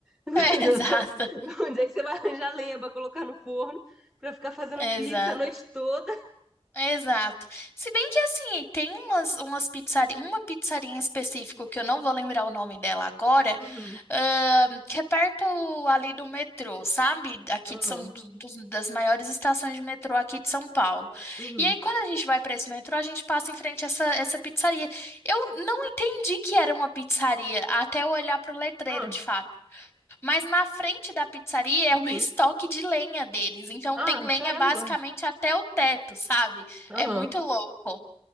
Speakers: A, in the centre; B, on the left (about 20°).
A: <laughs>
B: É, exato,
A: Onde é que você vai arranjar lenha pra colocar no forno, pra ficar fazendo
B: exato.
A: pizza a noite toda?
B: Exato. Se bem que assim, tem umas, umas pizzari- uma pizzaria em específico que eu não vou lembrar o nome dela agora,
A: Uhum,
B: ahn, que é perto ali do metrô, sabe? Aqui
A: aham,
B: de são do- dos- das maiores estações de metrô aqui de São Paulo.
A: uhum.
B: E aí, quando a gente vai para esse metrô, a gente passa em frente a essa, essa pizzaria. Eu não entendi que era uma pizzaria até eu olhar para o letreiro
A: Ah,
B: de fato. Mas na frente da pizzaria é
A: uhum.
B: o <laughs> estoque de lenha deles. Então
A: Ah,
B: tem lenha
A: caramba!
B: basicamente até o teto, sabe?
A: Aham.
B: É muito louco.